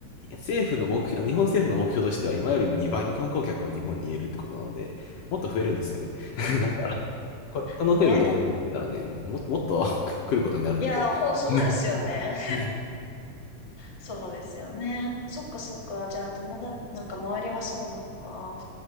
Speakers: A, on the left; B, on the left.
A: 政府の目標、日本政府の目標としては、今よりも2倍の観光客を日本に入れるってことなので、もっと増えるんですよね。<laughs> ここの程度で文句言ってたらね、
B: ね。
A: も、もっと <laughs> 来ることになるので。
B: いや、もうそうですよね。
A: うんうん
B: そうですよね。そっかそっか。じゃあ友達、なんか周りはそうなのか。